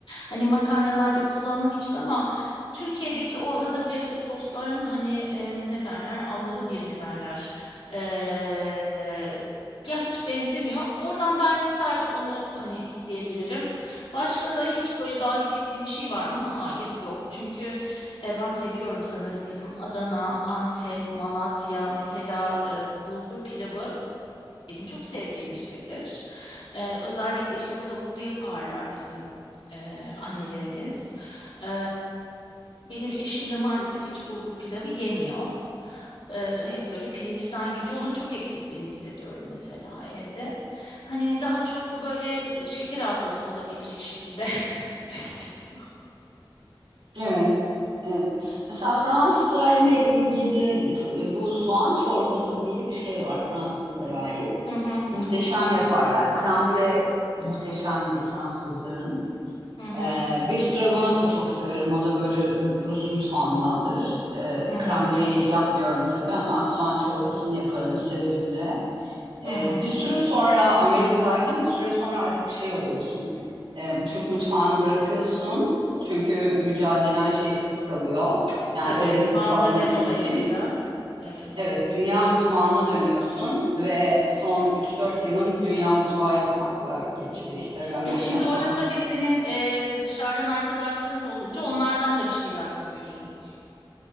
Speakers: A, on the left (about 85°); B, on the right (about 75°).
A: hani makarnalarda kullanmak için ama Türkiye'deki o hazır pesto sosların hani e, ne derler Allah'ı bir mi derler E, e, ya hiç benzemiyor. Oradan belki sadece onu hani isteyebilirim. Başka da hiç böyle dahil ettiğim bir şey var mı? Hayır yok. Çünkü e, ben seviyorum sanırım bizim Adana, Antep, Malatya mesela e, bulgur pilavı benim çok sevdiğim bir şeydir. E, özellikle işte tavuklu yaparlar bizim e, annelerimiz. E, benim eşim de maalesef hiç bulgur pilavı yemiyor. E, hep böyle pirinçten gidiyor. Onun çok eksikliğini hissediyorum mesela evde. Hani daha çok böyle şeker hastası olabilecek şekilde <laughs> besleniyor.
B: Evet. Evet. Mesela Fransa ile ilgili e, bu soğan çorbası diye bir şey var Fransızlara ait.
A: Hı hı,
B: Muhteşem yaparlar. Krambule muhteşemdir Fransızların.
A: hı hı,
B: Ee, Beef Stroganoff'u çok severim. O da böyle Rus mutfağındandır. Ee,
A: hı hı,
B: kremliği yapmıyorum tabii ama soğan çorbasını yaparım, severim de. Ee,
A: hı hı.
B: bir süre sonra Amerika'dayken bir süre sonra artık şey oluyorsun. Ee, Türk mutfağını bırakıyorsun. Çünkü mücadelen şeysiz kalıyor. Yani
A: Tabii
B: o lezzeti
A: malzeme
B: alamadığın
A: dolayısıyla.
B: için.
A: Evet.
B: Evet, dünya mutfağına dönüyorsun ve son 3-4 yılım dünya mutfağı yapmakla geçti. İşte ramen
A: E şimdi
B: yapmak,
A: orada tabii senin e, dışarıdan arkadaşların da olunca onlardan da bir şeyler kapıyorsundur.